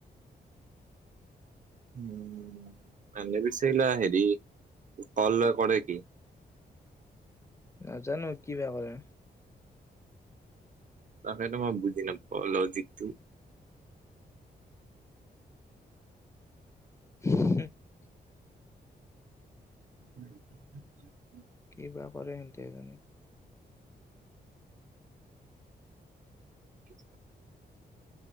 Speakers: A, on the right; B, on the left.
A: <unintelligible> হেৰি কল কৰে কি?
B: নাজানো কি বা কৰে।
A: তাকেটো মই বুজি নাপাওঁ, লজিকটো।
B: <inaudible>
A: <inaudible>
B: কি বা কৰে সিহতেহে জানে।
A: <inaudible>